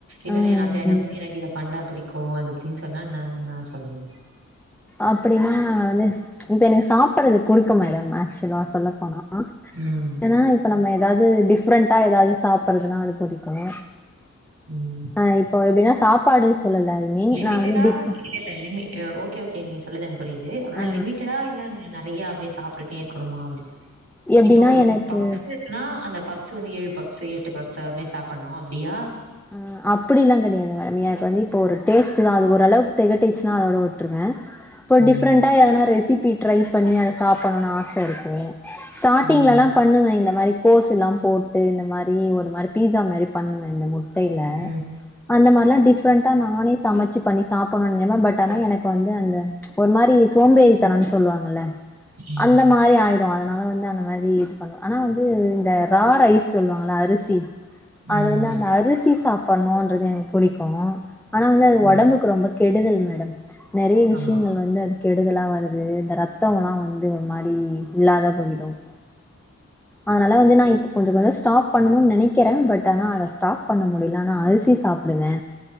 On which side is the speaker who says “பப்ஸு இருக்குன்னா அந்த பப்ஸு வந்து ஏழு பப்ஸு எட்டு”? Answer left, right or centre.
Right